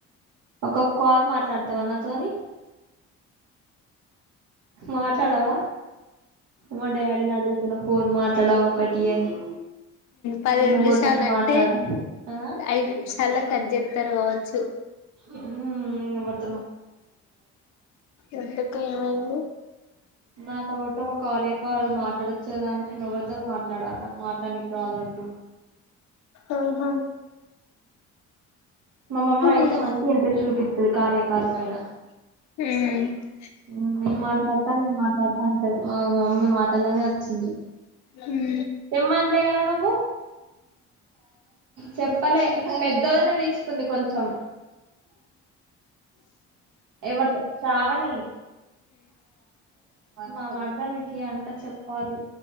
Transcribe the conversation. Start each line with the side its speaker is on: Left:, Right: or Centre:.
Right: ఒక కాల్ మాట్లాడతావా నాతోని మాట్లాడవా మా డాడీని అడుగుతున్న ఫోన్ మాట్లాడవా ఒకటి అని
Left: పది
Right: నేనెవరితోటి
Left: నిమిషాలు అంటే
Right: మాట్లాడ ఆ
Left: ఐదు నిమిషాల కట్ చెత్తారు కావచ్చు
Right: ఉమ్ నేనెవరి
Left: ఎందుకు ఏమైంది
Right: నాతోటోక కార్య కాల్ మాట్లాడొచ్చు కదా అంటే నేన్ ఎవరితోన్ మాట్లాడ నాకు మాట్లాడ్నిక్ రాదు అన్
Left: అ హా
Right: మామమ్మ
Left: ఉమ్
Right: అయితే మంచి ఇంట్రెస్ట్ చూపిత్తది కార్య కాల్ పైన
Left: మ్
Right: మ్ నేన్ మాట్లాడ్త నేన్ మాట్లాడ్త అంటది మా మమ్మీ మాటల్లోనే వచ్చింది
Left: ఉమ్
Right: ఏం మాట్లాడాలే నువ్వు చెప్పలె పెద్దొదిన తీసుకుంది కొంచం ఎవర్ శ్రావణి మా మర్దలికి అంట చెప్పాలి